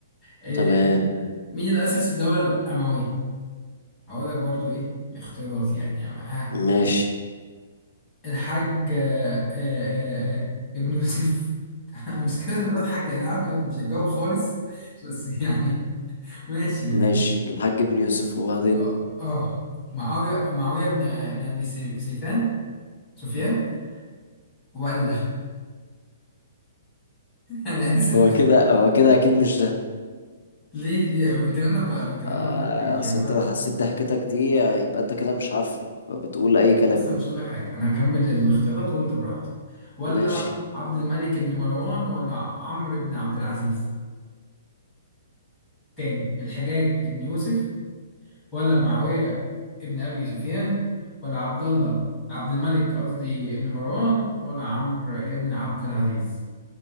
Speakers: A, in the centre; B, on the left.
A: أه...
B: تمام
A: مين اللي أسس الدولة الأموية؟ هقول لك برضو ايه اختيارات يعني يعني آه.
B: ماشي
A: الحاج آه... آه... آه، ابن يوسف <laughs> مش كده أنا بضحك يعني عارف انك مش هتجاوب خالص بس يعني <laughs> ماشي
B: ماشي
A: يعني
B: الحاج ابن يوسف وبعدين
A: اه آه. معاوية معاوية بن بن ابي سي- سيفان سفيان ولا <laughs> انا اسف
B: هو كده هو كده اكيد مش ده
A: ليه ليه يمكن انا بقى يمكن
B: آه،
A: انا بتذكر يعني
B: اصل
A: بقى
B: انت لو حسيت ضحكتك دي آه، يبقى انت كده مش عارفه فبتقول اي كلام
A: بس أنا مش هقول لك حاجه انا هكمل الاختيارات وانت براحتك ولا
B: ماشي
A: عبد الملك بن مروان ولا عمرو بن عبد العزيز تاني الحجاج بن يوسف ولا معاويه ابن ابي سفيان ولا عبد الله عبد الملك قصدي ابن مروان ولا عمرو ابن عبد العزيز